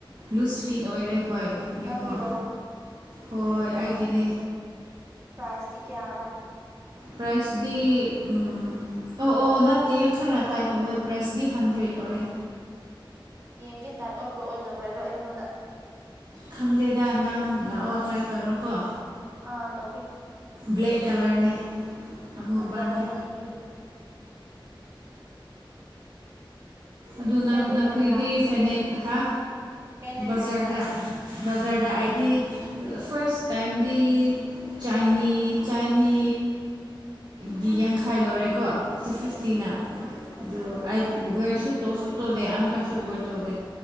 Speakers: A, on the right; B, on the right.
A: ꯂꯨꯁ ꯐꯤꯠ ꯑꯣꯏꯔꯦ ꯍꯣꯏ ꯌꯦꯡꯉꯣ
B: ꯅꯪꯒꯤꯔꯣ
A: ꯍꯣꯏ ꯑꯩꯒꯤꯅꯦ
B: ꯄ꯭ꯔꯥꯏꯁꯇꯤ ꯀꯌꯥꯔꯥ
A: ꯄ꯭ꯔꯥꯏꯁꯗꯤ ꯎꯝ ꯑꯣ ꯑꯣ ꯅꯠꯇꯦ ꯈꯔ ꯇꯥꯏꯠ ꯑꯣꯏꯋꯦ ꯄ꯭ꯔꯥꯏꯖꯗꯤ ꯍꯟꯗ꯭ꯔꯦꯠ ꯑꯣꯏꯔꯦ
B: ꯌꯦꯡꯒꯦ ꯇꯥꯏꯠ ꯑꯣꯏꯕ꯭ꯔꯣ ꯑꯣꯏꯗꯕ꯭ꯔꯗꯣ ꯑꯩꯉꯣꯟꯗ
A: ꯈꯟꯗꯦꯗ ꯅꯪ ꯂꯥꯛꯑꯣ ꯇ꯭ꯔꯥꯏ ꯇꯧꯔꯣ ꯀꯣ
B: ꯑꯥ ꯇꯧꯀꯦ
A: ꯕ꯭ꯂꯦꯛ ꯀꯂꯔꯅꯦ ꯑꯃꯨꯕꯥꯅꯦ
B: ꯐꯖꯔꯝꯒꯅꯤ ꯑꯗꯨꯗꯤ
A: ꯑꯗꯨ ꯅ
B: ꯍꯦꯟꯗꯒꯤ
A: ꯅꯈꯣꯏꯗꯤ
B: ꯂꯩꯕ꯭ꯔꯥ
A: ꯐꯦꯅꯦꯛꯍ
B: ꯍꯦꯟꯗꯒꯤ
A: ꯕꯖꯥꯔꯗ
B: ꯂꯩꯕ꯭ꯔꯥ
A: ꯕꯖꯥꯔꯗ ꯑꯩꯗꯤ ꯐꯥꯔꯁ ꯇꯥꯏꯝꯗꯤ ꯆꯅꯤ ꯆꯅꯤ ꯒꯤ ꯌꯥꯡꯈꯥꯏ ꯂꯣꯏꯔꯦ ꯀꯣ ꯇꯨ ꯐꯤꯐꯇꯤꯅ
B: ꯎꯝ ꯎꯝ
A: ꯑꯗꯣ ꯑꯏꯗꯤ ꯋꯦꯔꯁꯨ ꯇꯧꯁꯨ ꯇꯧꯗꯦ ꯑꯝꯇꯁꯨ ꯋꯦꯔ ꯇꯧꯗꯦ